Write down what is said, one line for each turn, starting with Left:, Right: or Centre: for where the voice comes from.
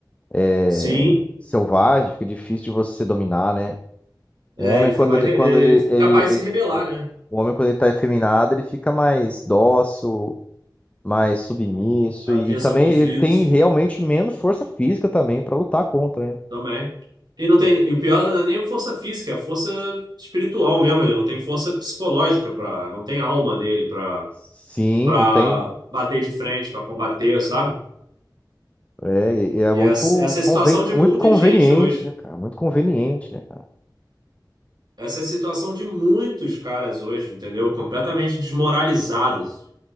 Left: é,
Right: Sim,
Left: selvagem, fica difícil de você dominar, né?
Right: é,
Left: O homem,
Right: ele fica
Left: quando
Right: mais.
Left: ele,
Right: Ele
Left: quando
Right: ele
Left: ele,
Right: fica
Left: ele-
Right: capaz de se rebelar,
Left: ele- é,
Right: né?
Left: o homem, quando ele tá efeminado, ele fica mais dócil, mais submisso
Right: Avesso
Left: e, e também
Right: a conflito.
Left: ele tem realmente menos força física também para lutar contra, né?
Right: Também. E não
Left: Então,
Right: tem, e o pior não é nem a força física, é a força espiritual mesmo. Ele não tem força psicológica para, não tem alma nele para
Left: Sim,
Right: para
Left: não tem.
Right: bater de frente, para combater, sabe?
Left: É, e é
Right: E
Left: muito,
Right: essa, essa é a situação
Left: conven-
Right: de
Left: muito
Right: muita
Left: conveniente,
Right: gente hoje.
Left: né, cara? Muito conveniente, né, cara?
Right: Essa é a situação de muitos caras hoje, entendeu? Completamente desmoralizados.